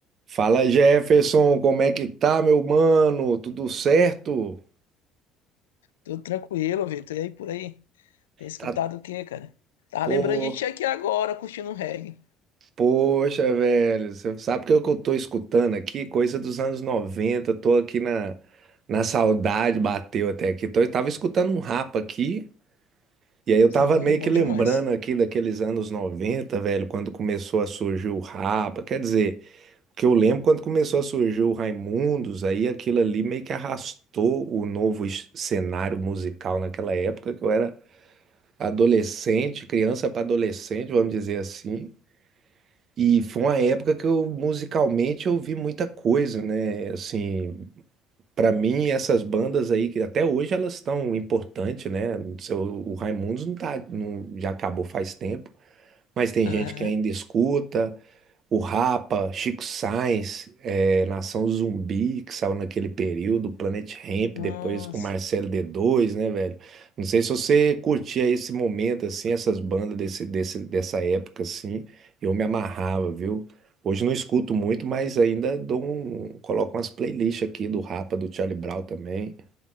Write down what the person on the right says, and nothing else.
Fala Jefferson, como é que tá, meu mano? Tudo certo?
Tá,
pô,
poxa, velho, você sabe que eu que eu tô escutando aqui? Coisa dos anos 90? tô aqui na, na saudade, bateu até aqui. Tô, eu tava escutando um rapa aqui, e aí eu
tava meio
que lembrando
aqui daqueles anos 90, velho, quando começou a surgir o rapa, quer dizer, o que eu lembro quando começou a surgir o Raimundos, aí aquilo ali meio que arrastou o novo es- cenário musical naquela época, que eu era adolescente, criança para adolescente, vamos dizer assim. E foi uma época que eu musicalmente ouvi muita coisa, né? Assim, para mim essas bandas aí que até hoje elas estão importantes, né? Seu- O Raimundos não tá, não- já acabou faz tempo, mas tem
gente que ainda escuta. O Rapa, Chico Sainz, eh, Nação Zumbi, que saiu naquele período, Planet Hemp,
depois com Marcelo D2, né, velho? Não sei se você curtia esse momento, assim, essas bandas desse, desse, dessa época, assim, eu me amarrava, viu? Hoje não escuto muito, mas ainda dou um, coloco umas playlists aqui do Rapa, do Charlie Brown também.